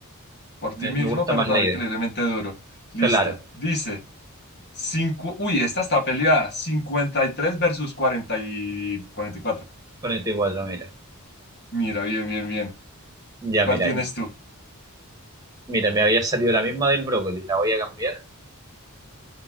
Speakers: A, on the left; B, on the right.
A: por
B: Me,
A: ti mismo,
B: me gusta
A: pero
B: más
A: trabajar
B: la idea.
A: increíblemente duro. Listo.
B: Claro,
A: Dice, cinco, uy, esta está peleada. cincuenta y tres versus cuarenta y cuarenta y cuatro
B: ponete cuatro, mira.
A: Mira, bien, bien, bien.
B: Ya,
A: ¿Cuál
B: mira,
A: tienes tú?
B: mira, me había salido la misma del brócoli, la voy a cambiar